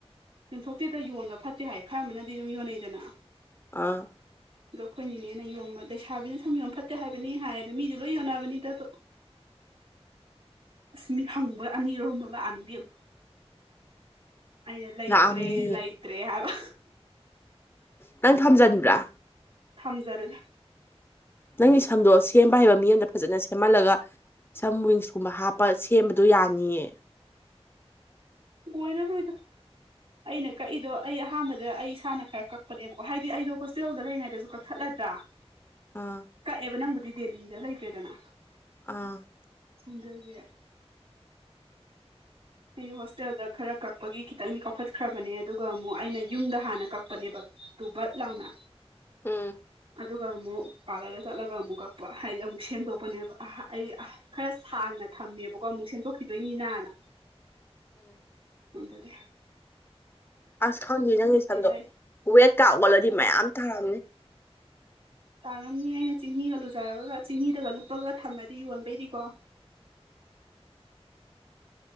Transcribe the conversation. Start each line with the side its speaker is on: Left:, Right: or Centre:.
Right: ꯌꯦꯟꯊꯣꯛꯇꯤꯗ ꯌꯣꯟꯕ ꯐꯠꯇꯦ ꯍꯥꯏ ꯈꯔ ꯑꯃꯅꯗꯤ ꯑꯗꯨꯝ ꯌꯣꯟꯅꯩꯗꯅ
Left: ꯑꯥ
Right: ꯑꯗꯣ ꯑꯩꯈꯣꯏꯅꯤꯅꯦꯅ ꯌꯣꯝꯕ ꯂꯩꯁꯥꯕꯤꯅ ꯁꯨꯝ ꯌꯣꯝ ꯐꯠꯇꯦ ꯍꯥꯏꯕꯅꯤ ꯍꯥꯏ ꯑꯗꯣ ꯃꯤꯁꯨ ꯂꯣꯏ ꯌꯣꯟꯅꯕꯅꯤꯗ꯭ꯔꯣ ꯑꯁ ꯃꯤ ꯍꯪꯕ ꯑꯅꯤꯔꯍꯨꯝꯕ ꯂꯥꯛꯅꯤꯗ ꯑꯩꯅ ꯂꯩꯇ꯭ꯔꯦ
Left: ꯂꯥꯛꯑꯝꯅꯤꯌꯦ
Right: ꯂꯩꯇ꯭ꯔꯦ ꯍꯥꯏꯕ
Left: ꯅꯪ ꯊꯝꯖꯟꯕ꯭ꯔꯥ
Right: ꯊꯝꯖꯔꯤꯦ
Left: ꯅꯪꯒꯤ ꯁꯝꯗꯣ ꯁꯦꯝꯕ ꯍꯥꯏꯕ ꯃꯤ ꯑꯃꯗ ꯐꯖꯅ ꯁꯦꯝꯍꯜꯂꯒ ꯁꯝ ꯋꯤꯡꯁꯀꯨꯝꯕ ꯍꯥꯞꯄ ꯁꯦꯝꯕꯗꯣ ꯌꯥꯅꯤꯌꯦ
Right: ꯣꯏꯗꯁꯨꯣꯏꯗ ꯑꯩꯅ ꯀꯛꯏꯗꯣ ꯑꯩ ꯑꯍꯥꯟꯕꯗ ꯑꯩ ꯏꯁꯥꯅ ꯈꯔ ꯀꯛꯄꯅꯦꯕꯀꯣ ꯍꯥꯏꯗꯤ ꯑꯩꯗꯣ ꯍꯣꯁꯇꯦꯜꯗ ꯂꯩꯔꯤꯉꯩꯗꯁꯨ ꯀꯛꯊꯠꯂꯗ꯭ꯔꯥ <inaudible>
Left: ꯑꯥ
Right: ꯀꯛꯑꯦꯕ ꯅꯪꯕꯨꯗꯤ ꯗꯦꯜꯂꯤꯗ ꯂꯩꯈ꯭ꯔꯦꯗꯅ
Left: ꯑꯥ
Right: ꯑꯦ ꯑꯩ ꯍꯣꯁꯇꯦꯜꯗ ꯈꯔ ꯀꯛꯄꯒꯤ ꯈꯤꯇꯪꯗꯤ ꯀꯥꯎꯈꯠꯈ꯭ꯔꯕꯅꯦ ꯑꯗꯨꯒ ꯑꯃꯨꯛ ꯑꯩꯅ ꯌꯨꯝꯗ ꯍꯥꯟꯅ ꯀꯛꯄꯅꯦꯕ ꯇꯨꯕꯠ ꯂꯥꯎꯅ
Left: ꯎꯝ
Right: ꯑꯗꯨꯒ ꯑꯃꯨꯛ ꯄꯥꯔꯂꯔꯗ ꯆꯠꯂꯒ ꯑꯃꯨꯛ ꯀꯛꯄ ꯍꯥꯏꯗꯤ ꯑꯃꯨꯛ ꯁꯦꯝꯗꯣꯛꯄꯅꯦꯕ ꯑ ꯑꯩ ꯈꯔ ꯁꯥꯡꯅ ꯊꯝꯃꯦꯕꯀꯣ ꯑꯃꯨꯛ ꯁꯦꯝꯗꯣꯛꯈꯤꯗꯣꯏꯅꯤꯅꯅ
Left: ꯎꯝ
Right: ꯃꯗꯔꯦ
Left: ꯑꯁ ꯈꯪꯗꯦ ꯅꯪꯒꯤ ꯁꯝꯗꯣ
Right: ꯂꯩ
Left: ꯋꯦꯠ ꯀꯥꯎ ꯋꯥꯠꯂꯗꯤ ꯃꯌꯥꯝ ꯇꯥꯔꯝꯅꯤ
Right: ꯇꯥꯔꯝꯅꯤ ꯑꯩꯅ ꯆꯤꯅꯤꯒ ꯂꯨꯖꯔꯒ ꯆꯤꯅꯤꯗꯒ ꯂꯨꯞꯄꯒ ꯊꯝꯃꯗꯤ ꯌꯣꯟꯕꯩꯗꯤꯀꯣ